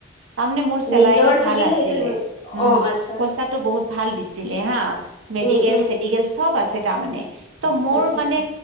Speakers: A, on the right (about 80°); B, on the left (about 30°).
A: তাৰমানে মোৰ চেলাৰিটো
B: নিজৰ
A: ভাল
B: থাকিলে
A: আছিলে।
B: সেইটো ইমান
A: উম
B: অ আচ্ছা
A: পইচাটো বহুত ভাল দিছিলে হা মেডিকেল
B: উম উম
A: মেডিকেল চব আছে তাৰ মানে ত' মোৰ
B: আচ্ছা
A: মানে
B: আচ্ছা